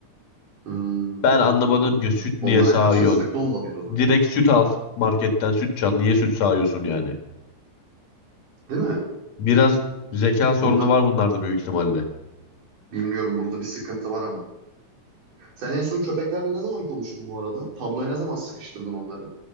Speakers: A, on the right; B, on the left.
A: Hmm,
B: Ben anlamadım
A: hmm.
B: ki süt
A: Onlara
B: niye sağıyorsun?
A: karşı hazırlıklı olmalıyız o zaman.
B: Direkt süt al marketten süt çal. Niye süt sağıyorsun yani?
A: Değil mi?
B: Biraz zeka sorunu
A: Burada
B: var bunlarda büyük ihtimalle.
A: Bilmiyorum burada bir sıkıntı var ama. Sen en son köpeklerle ne zaman konuştun bu arada? Tabloya ne zaman sıkıştırdın onları?